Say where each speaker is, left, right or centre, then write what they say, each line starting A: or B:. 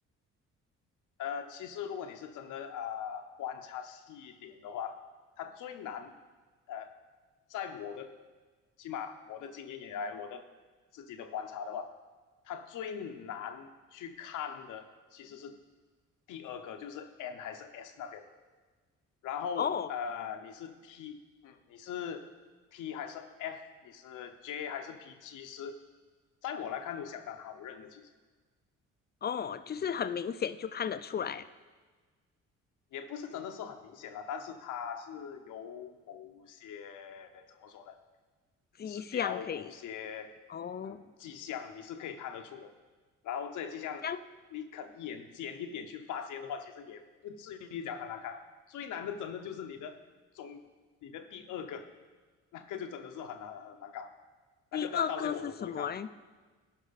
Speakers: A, on the left (about 80°); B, on the left (about 35°).
A: 呃，其实如果你是真的啊、呃观察细一点的话，它最难呃，在我的起码我的经验以来，我的自己的观察的话，它最难去看的其实是第二个，就是 N 还是 S 那边。然后呃，
B: 哦
A: 你是 T，嗯，你是 T 还是 F，你是 J 还是 P，其实在我来看都相当好认的，其实。
B: 哦，就是很明显就看得出来，
A: 嗯。
B: 啊
A: 也不是真的是很明显了，但是它是有某些怎么说呢，
B: 迹象可以。
A: 指标、某些
B: 哦，
A: 迹象你是可以看得出的。然后这些迹象你肯一眼尖一点去发现的话，
B: 这样
A: 其实也不至于讲很难看。最难的真的就是你的中，你的第二个，那个就真的是很难很难搞，
B: 第二个是什么呢？
A: 那个到到现在我都不会看。